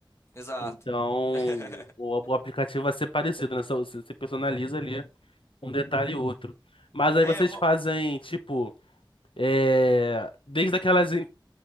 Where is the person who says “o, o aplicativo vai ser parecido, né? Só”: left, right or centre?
Left